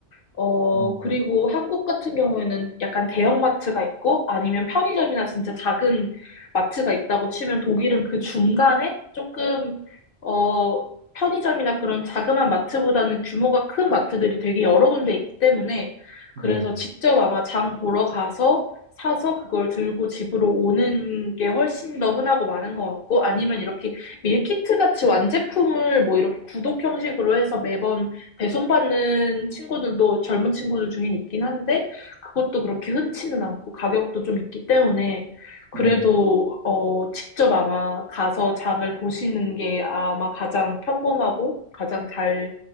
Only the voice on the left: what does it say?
어,
그리고 한국 같은 경우에는 약간 대형마트가 있고 아니면 편의점이나 진짜 작은 마트가 있다고 치면 독일은 그 중간에 조금, 어, 편의점이나 그런 자그마한 마트보다는 규모가 큰 마트들이 되게 여러 군데 있기 때문에
그래서 직접 아마 장 보러 가서 사서 그걸 들고 집으로 오는 게 훨씬 더 흔하고 많은 것 같고 아니면 이렇게 밀키트 같이 완제품을 뭐 이렇게 구독 형식으로 해서 매번 배송받는 친구들도 젊은 친구들 중에 있긴 한데, 그것도 그렇게 흔치는 않고 가격도 좀 있기 때문에, 그래도,
어, 직접 아마 가서 장을 보시는 게 아마 가장 평범하고 가장 잘,